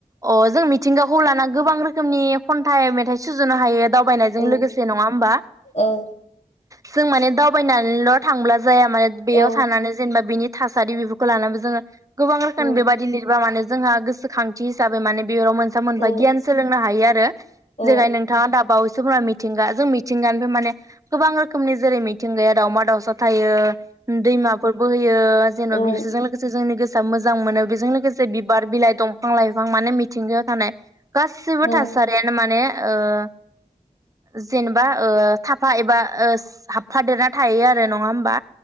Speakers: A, on the right; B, on the left.
A: अ जों मिथिंगाखौ लाना गोबां रोखोमनि खन्थाइ मेथाइ सुजुनो हायो। दावबायनायजों
B: औ
A: लोगोसे नंङा होमबा।
B: औ
A: जों माने दावबायनानैल' थांब्ला जाया मा बेयाव
B: औ
A: थानानै जेनेबा बिनि थासारि बेफोरखौ लानानैबो जोङो गोबां रोखोम
B: औ
A: बेबायदि लिरबा माने जोंहा गोसोखांथि हिसाबै माने बेयाव मोनसे मोनफा
B: औ
A: गियान सोलोंनो हायो आरो। जेगाय
B: औ
A: नोंथाङा दाबाव जोफोरा मिथिंगा जों मिथिंगानिफ्राय माने गोबां रोखोमनि जेरै मिथिंगाया दावमा दाउसा थायो दैमाफोर बोहैयो जेनेबा
B: औ
A: बेसोरजों लोगोसे जोंनि गो सोआ मोजां मोनो बेजों लोगोसे बिबार बिलाइ दंफां लाइफां माने मिथिंगायाव थानाय गासिबो
B: औ
A: थासारियानो माने ओ जेनेबा ओ थाफा एबा ओ हाबफादेरना थायो आरो नङा होमबा।